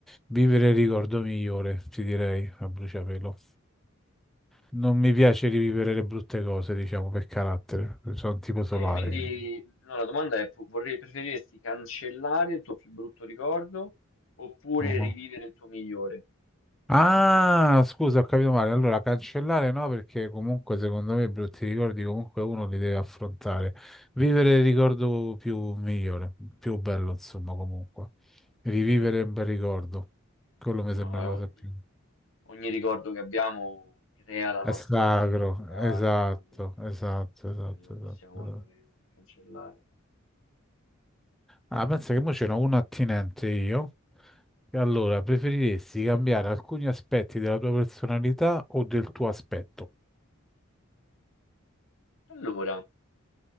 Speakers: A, in the centre; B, on the left.
A: vivere il ricordo migliore, ti direi, a bruciapelo. Non mi piace rivivere le brutte cose, diciamo, per carattere. Sono un tipo solare.
B: Eh, quindi
A: io.
B: no, la domanda è, pu- vorrei, preferiresti cancellare il tuo più brutto ricordo oppure
A: Mhm.
B: rivivere il tuo migliore?
A: Ah, scusa, ho capito male. Allora, cancellare no, perché comunque secondo me i brutti ricordi comunque uno li deve affrontare. Vivere il ricordo più migliore, più bello, insomma, comunque. Rivivere
B: Certo,
A: un bel ricordo. Quello mi sembra
B: no,
A: una
B: ogni,
A: cosa più...
B: ogni ricordo che abbiamo crea la
A: È
B: nostra
A: sacro,
B: personalità,
A: esatto,
B: quindi,
A: esatto, esatto,
B: quindi non
A: esatto.
B: possiamo
A: esatto.
B: andare a cancellare.
A: Ah, pensa che mo ce n'ho uno attinente io. E allora, preferiresti cambiare alcuni aspetti della tua personalità o del tuo aspetto?
B: Allora,